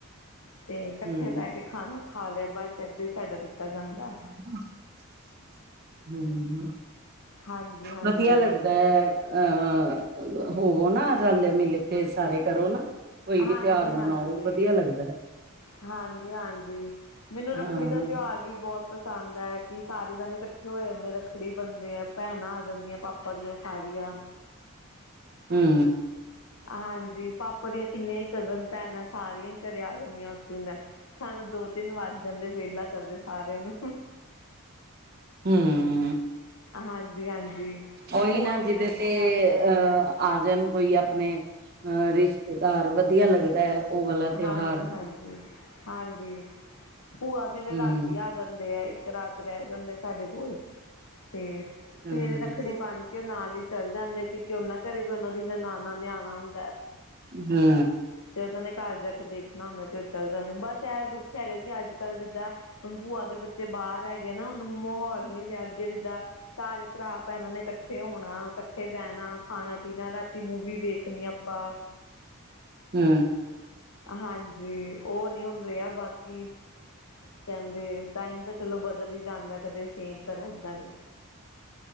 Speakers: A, on the left; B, on the right.
A: ਤੇ ਇਕੱਠੇ
B: ਹੂੰ।
A: ਬਹਿ ਕੇ ਖਾਣਾ ਖਾ ਲਿਆ, ਬਸ ਏਦਾਂ ਹੀ ਸਾਡਾ ਨਿਕਲ ਜਾਂਦਾ।
B: ਹ। <unintelligible>
A: ਹਾਂਜੀ ਹਾਂਜੀ
B: ਵਧੀਆ ਲੱਗਦਾ ਏਹ ਹੋਵੋ ਨਾ ਰਲ ਮਿਲ ਕੇ ਸਾਰੇ ਕਰੋ ਨਾ। ਕੋਈ ਵੀ
A: ਹਾਂਜੀ,
B: ਤਿਉਹਾਰ
A: ਹਾਂਜੀ
B: ਮਨਾਓ ਵਧੀਆ ਲੱਗਦਾ,
A: ਹਾਂਜੀ, ਹਾਂਜੀ ਮੈਨੂੰ
B: ਹਾਂ
A: ਰੱਖੜੀ ਦਾ ਤਿਉਹਾਰ ਵੀ ਬਹੁਤ ਪਸੰਦ ਪਸੰਦ ਹੈ, ਕਿ ਸਾਰੇ ਜਾਣੇ ਇਕੱਠੇ ਹੋ ਜਾਂਦੇ ਰੱਖੜੀ ਬਨਦੇ ਐ। ਭੈਣਾਂ ਆ ਜਾਂਦੀਆਂ ਪਾਪਾ ਦੀਆਂ ਸਾਰੀਆਂ
B: ਹੂੰ
A: ਹਾਂਜੀ ਪਾਪਾ ਦੀਆਂ ਕਿੰਨੀਆਂ ਹੀ ਕਜ਼ਨ ਭੈਣਾਂ ਸਾਰੀਆਂ ਹੀ ਘਰੇ ਆ ਜਾਂਦੀਆਂ। ਉਸ ਦਿਨ ਸਾਨੂੰ ਦੋ ਤਿੰਨ ਵੱਜ ਜਾਂਦੇ ਵਿਹਲਾ ਕਰਦੇ ਸਾਰਿਆਂ ਨੂੰ
B: ਹੂੰ
A: ਹਾਂਜੀ, ਹਾਂਜੀ
B: ਉਹੀ
A: ਭੂਆ
B: ਨਾ
A: ਮੇਰੇ
B: ਜਿਹਦੇ ਤੇ
A: ਰਾਤੀ ਆ ਜਾਂਦੇ
B: ਅਹ
A: ਆ।
B: ਆ ਜਾਣ ਕੋਈ ਆਪਣੇ ਅ ਰਿਸ਼ਤੇਦਾਰ ਵਧੀਆ ਲੱਗਦਾ ਹੈ। ਉਹ ਵਾਲਾ ਤਿਉਹਾਰ
A: ਹਾਂਜੀ, ਹਾਂਜੀ, ਹਾਂਜੀ ਭੂਆ ਮੇਰੇ
B: ਹਮ
A: ਰਾਤੀ ਆ ਜਾਂਦੇ ਆ। ਇਕ ਰਾਤ ਰਹਿ ਜਾਂਦੇ ਸਾਡੇ ਕੋਲ ਤੇ
B: ਹਮ
A: ਸਵੇਰੇ ਰੱਖੜੀ ਬੰਨ ਕੇ ਨਾਲ ਹੀ ਚੱਲ ਜਾਂਦੇ। ਕਿਉਂਕਿ ਉਹਨਾਂ ਘਰੇ ਵੀ ਉਹਨਾਂ ਦੀਆ ਨਨਾਨਾ ਨੇ ਆਣਾ ਹੁੰਦਾ।
B: ਹੂੰ
A: ਤੇ ਉਹਨਾਂ ਨੇ ਘਰ ਜਾ ਕੇ ਦੇਖਣਾ ਹੁੰਦਾ ਤੇ ਉਹ ਚੱਲ ਜਾਂਦੇ। ਬਸ ਇਹ ਦੁੱਖ ਹੈਗਾ ਕਿ ਅੱਜ ਕੱਲ ਜਿੱਦਾਂ ਹੁਣ ਭੂਆ ਦੇ ਬੱਚੇ ਬਾਹਰ ਹੈਗੇ ਨਾ ਹੁਨ ਮਾਹੌਲ ਨੀ ਰਿਹਾ ਅੱਗੇ ਜਿੱਦਾਂ ਸਾਰੇ ਭਰਾ ਭੈਣਾਂ ਨੇ ਇਕੱਠੇ ਹੋਣਾ ਇਕੱਠੇ ਬਹਿਣਾ ਖਾਣਾ ਪੀਣਾ ਰਾਤੀ ਮੂਵੀ ਵੇਖਣੀ ਆਪਾਂ
B: ਹੂੰ
A: ਹਾਂਜੀ, ਉਹ ਨਈ ਹੁਣ ਰਿਹਾ ਬਾਕੀ ਕਹਿੰਦੇ ਟਾਈਮ ਤਾਂ ਚਲੋ ਬਦਲ ਹੀ ਜਾਂਦਾ ਕਦੇ ਸੇਮ ਤਾਂ ਰਹਿੰਦਾ ਨੀ।